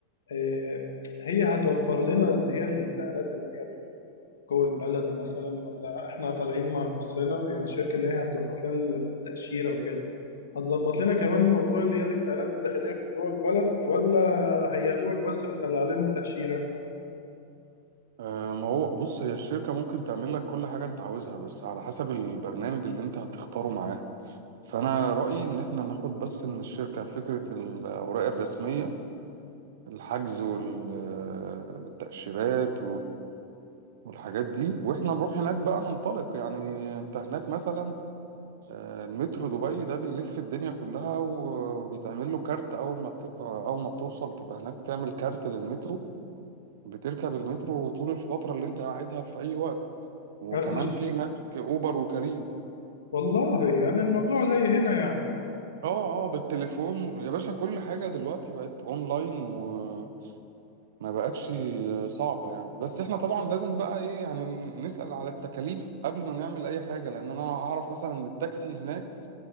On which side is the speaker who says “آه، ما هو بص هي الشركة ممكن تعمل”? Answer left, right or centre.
Right